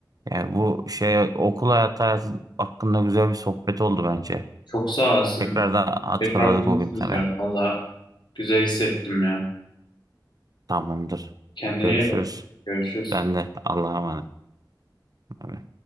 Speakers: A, on the right; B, on the left.
A: Yani bu şey okul hayatı, hayatı hakkında güzel bir sohbet oldu bence.
B: Çok sağ olasın.
A: Tekrardan hatırladık
B: Tekrar konuşuruz
A: o günleri.
B: ya. Valla güzel hissettim ya.
A: Tamamdır.
B: Kendine
A: Görüşürüz.
B: iyi bak. Görüşürüz.
A: Ben de Allah'a emanet. Bay bay.